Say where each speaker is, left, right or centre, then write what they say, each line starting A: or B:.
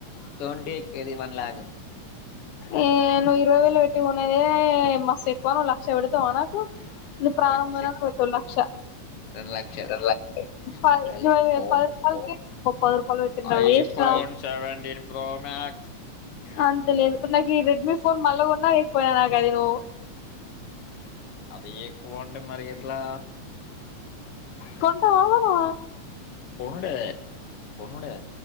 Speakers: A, on the left; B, on the left.
A: తోంటే ఎక్కేది వన్ లాక్
B: ఏ నువ్వు ఇరవై వేలు పెట్టు కొనేదే మస్తు ఎక్కువ నువ్వు లక్ష పెడతావా నాకు ఇది ప్రారంభంమ
A: లక్ష
B: పో లక్ష
A: రెండు లక్షలు
B: ఇది ప
A: ఐఫోన్
B: రపా ప రూపాయల నువ్వు
A: ఐఫోన్
B: వేస్ట్ రా
A: సెవెంటీన్ ప్రో మ్యాక్స్
B: అంతేలేదు నాకు ఈ రెడ్మీ ఫోన్ మళ్లగోన్నా ఎక్కువయినా నాకు అది ను
A: అది ఎక్కువ అంటే మరి ఎట్లా
B: కొంటవా నువ్
A: కొనుడే కొనుడే